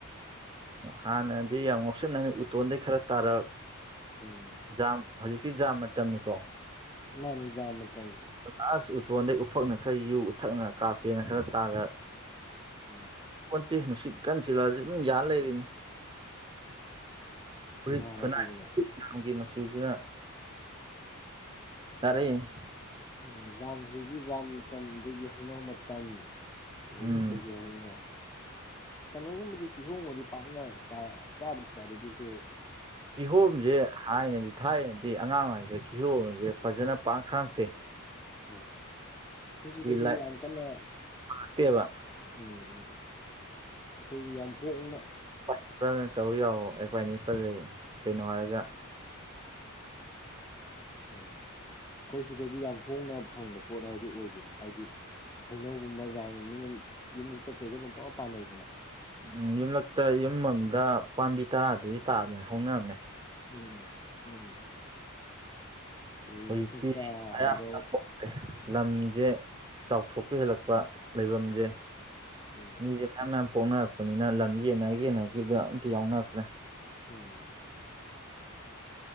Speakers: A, on the right; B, on the left.
A: ꯍꯥꯟꯅꯗꯤ ꯌꯥꯝ ꯉꯥꯎꯁꯟꯅꯔꯝꯃꯦ ꯎꯇꯣꯟꯗꯩ ꯈꯔ ꯇꯥꯔꯛ
B: ꯎꯝ
A: ꯖꯥꯝ ꯍꯧꯖꯤꯛꯁꯤ ꯖꯥꯝ ꯃꯇꯝꯅꯤꯀꯣ
B: ꯃꯥꯅꯤ ꯖꯥꯝ ꯃꯇꯝꯅꯤ
A: ꯑꯥꯁ ꯎꯇꯣꯟꯗꯩ ꯎꯐꯛꯅ ꯈꯔ ꯌꯨ ꯎꯊꯛꯅ ꯀꯥꯞꯄꯦꯅ ꯈꯔ ꯇꯥꯔꯛ
B: ꯎꯝ
A: ꯀꯣꯟꯇꯦ ꯅꯨꯡꯁꯤꯠ ꯀꯟ ꯁꯤꯜꯂꯛ ꯑꯁꯨ ꯑꯗꯨꯝ ꯌꯥꯟ ꯂꯩꯔꯤꯅꯤ ꯐꯨꯔꯤꯠ
B: ꯅꯥꯔꯁꯨꯗꯅ
A: ꯐꯨꯅꯥꯏ ꯖꯥꯝꯒꯤ ꯃꯆꯨꯖꯤꯅ ꯆꯥꯔꯛꯏꯅꯤ
B: ꯎꯝ ꯖꯥꯝ ꯍꯧꯖꯤꯛꯀꯤ ꯖꯥꯝ ꯃꯇꯝ ꯑꯗꯒꯤ ꯍꯩꯅꯧ ꯃꯇꯝ ꯑꯗꯒꯤ
A: ꯎꯝ
B: ꯀꯩꯀꯩ ꯍꯩꯅꯣ ꯀꯩꯅꯣꯒꯨꯝꯕꯗꯤ ꯀꯤꯍꯣꯝꯒꯨꯝꯕꯗꯤ ꯄꯥꯛꯅ ꯆꯥ ꯆꯥꯕꯨꯗꯤ ꯆꯥꯔꯛꯑꯦ ꯑꯗꯨꯑꯣꯏꯁꯨ
A: ꯀꯤꯍꯣꯝꯁꯦ ꯊꯥꯏꯅꯗꯤ ꯊꯥꯏꯅꯗꯤ ꯑꯉꯥꯡꯉꯩꯗ ꯀꯤꯍꯣꯝꯁꯦ ꯐꯖꯅ ꯄꯥꯛꯅ ꯈꯡꯉꯛꯇꯦ
B: ꯑꯧ ꯈꯣꯏ ꯁꯤꯗꯁꯨ
A: ꯂꯥꯏ
B: ꯌꯥꯝ ꯀꯟꯅ
A: ꯆꯥꯛꯇꯦꯕ
B: ꯎꯝ ꯎꯝ ꯑꯩꯈꯣꯏꯒꯤ ꯌꯥꯝ ꯄꯣꯛꯅ
A: ꯑꯦꯄꯜꯅ ꯇꯧ ꯌꯥꯑꯣ ꯑꯦ ꯄꯥꯏꯅꯦꯄꯜ ꯑꯌꯦ ꯀꯩꯅꯣ ꯍꯥꯏꯔꯒ
B: ꯑꯣ ꯑꯩꯈꯣꯏ ꯁꯤꯗꯗꯤ ꯌꯥꯝ ꯍꯣꯡꯅ ꯐꯪꯕ ꯄꯣꯠ ꯍꯥꯏꯗꯨ ꯑꯣꯏꯗꯣꯏꯅꯦ ꯍꯥꯏꯗꯤ ꯍꯩꯅꯧꯒꯨꯝꯕ ꯖꯥꯝꯒꯨꯝꯕꯗꯤ ꯗꯨꯝ ꯌꯨꯝꯂꯛꯇ ꯀꯩꯗ ꯄꯪꯄꯥꯟ ꯄꯥꯟꯅꯩꯗꯅ
A: ꯎꯝ ꯌꯨꯝꯂꯛꯇ ꯌꯨꯝ ꯑꯃꯃꯝꯗ ꯄꯥꯝꯕꯤ ꯇꯔꯥꯗꯩꯗꯤ ꯇꯥꯗꯅ ꯍꯧꯅꯕꯅꯦ
B: ꯎꯝ ꯎꯝ ꯎꯝ
A: ꯍꯧꯖꯤꯛꯇꯤ
B: ꯆꯠꯄ꯭ꯔꯥ
A: ꯑꯌꯥꯝꯕ
B: ꯍꯥꯏꯔꯣ
A: ꯂꯝꯁꯦ ꯆꯥꯎꯊꯣꯛꯄ ꯍꯦꯜꯂꯛꯄ ꯂꯩꯕꯝꯖꯦ
B: ꯎꯝ
A: ꯃꯤꯁꯦ ꯃꯌꯥꯝ ꯃꯌꯥꯝ ꯄꯣꯛꯅꯔꯛꯄꯅꯤꯅ ꯂꯝꯁꯦ ꯌꯦꯟꯅ ꯌꯦꯟꯅꯈꯤꯕꯗ ꯑꯝꯇ ꯌꯥꯎꯅꯔꯛꯇ꯭ꯔꯦ
B: ꯎꯝ